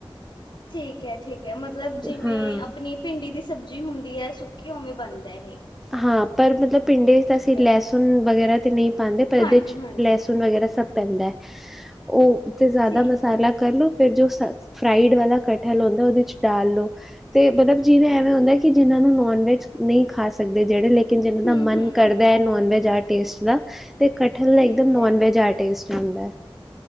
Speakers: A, on the left; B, in the centre.
A: ਠੀਕ ਐ-ਠੀਕ ਐ। ਮਤਲਬ ਜਿਵੇਂ
B: ਹਾਂ
A: ਆਪਣੀ ਪਿੰਡੀ ਦੀ ਸ ਸਬਜ਼ੀ ਹੁੰਦੀ ਐ। ਸੁੱਕੀ ਓਵੇਂ ਬਣ ਦਾ ਇਹ
B: ਹਾਂ ਪਰ ਮਤਲਬ ਪਿੰਡ
A: ਠੀਕ
B: ਚ ਅਸੀਂ
A: ਹੈ
B: ਲੇਸੁਣ ਵਗੈਰਾ ਫਿਰ ਨਹੀਂ ਪਾਂਦੇ। ਪਰ
A: ਹਾਂਜੀ
B: ਏਦੇ ਚ
A: ਹਾਂਜੀ
B: ਲੇਸੁਣ ਵਗੈਰਾ ਸਭ ਪੈਂਦਾ ਐ ਔ ਤੇ ਜਿਆਦਾ
A: ਠੀਕ
B: ਮਸਾਲਾ
A: ਹੈ
B: ਕਰਲੋ ਫੇਰ ਜੋ ਸ ਫਰਾਈਡ ਵਾਲਾ ਕਠਹਲ ਹੁੰਦਾ ਉਹਦੇ ਚ ਡਾਲ ਲੋ ਤੇ ਮਲਬ ਜਿਵੇਂ ਐਵੇਂ ਹੁੰਦਾ ਏ ਕਿ ਜਿਹਨਾਂ ਨੂੰ ਨੋਨ ਵੈਜ ਨਈ ਖਾ ਸਕ ਦੇ ਜਿਹੜੇ ਲਾ ਜਿੰਨਾ
A: ਹੂੰ
B: ਦਾ ਮਨ
A: ਹੂੰ
B: ਕਰਦਾ ਐ। ਨੋਨ ਵੈਜ ਆਟ ਟੇਸਟ ਦਾ ਤੇ ਕਟਹਲ ਦਾ
A: ਠੀਕ
B: ਇੱਕ ਦਮ ਨੋਨ
A: ਹੈ।
B: ਵੈਜ ਆ ਟੇਸਟ। ਆਂਦਾ